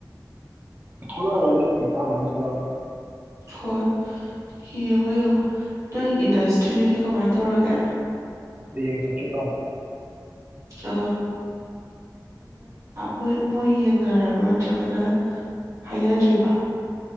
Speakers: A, on the right; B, on the right.
A: ꯊꯣꯛꯂꯛ ꯑꯔꯣꯏꯗ ꯀꯩꯀꯥꯟꯗꯣꯏꯅꯣ ꯊꯣꯛꯂꯛꯑꯒ
B: ꯍꯣꯏ ꯌꯦꯡꯉꯣ ꯌꯦꯡꯉꯣ ꯅꯪ ꯏꯟꯗꯁꯇ꯭ꯔꯤꯗꯨꯗꯤ ꯀꯃꯥꯏ ꯇꯧꯔꯒꯦ
A: ꯍꯌꯦꯡ ꯆꯠꯀꯦ ꯇꯧꯅꯤ
B: <unintelligible> ꯃꯣꯏ ꯃꯣꯏ ꯌꯦꯡꯅꯔꯕꯥ ꯅꯠꯇ꯭ꯔꯒꯅ ꯍꯥꯏꯅꯗ꯭ꯔꯤꯕ